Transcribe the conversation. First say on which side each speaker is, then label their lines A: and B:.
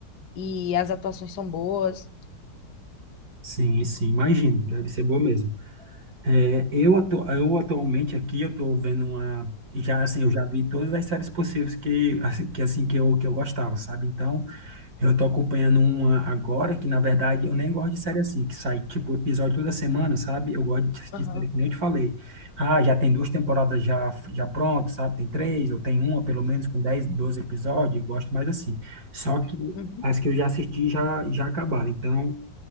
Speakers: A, on the left (about 65°); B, on the right (about 55°).
A: e as atuações são boas.
B: sim, sim, imagino. Deve ser boa mesmo. É, eu, atu- eu atualmente aqui eu tô vendo uma. Já assim, eu já vi todas as séries possíveis que, assim, que assim que eu que eu gostava, sabe? Então Eu tô acompanhando uma agora que, na verdade, eu nem gosto de série assim, que sai, tipo, episódio toda semana, sabe? Eu gosto de
A: Aham.
B: de série que nem eu te falei. Ah, já tem duas temporadas já, já prontas, sabe? Tem três, ou tem uma, pelo menos, com 10 12 episódios. Eu gosto mais assim. Só que
A: Uhum.
B: as que eu já assisti já, já acabaram. Então,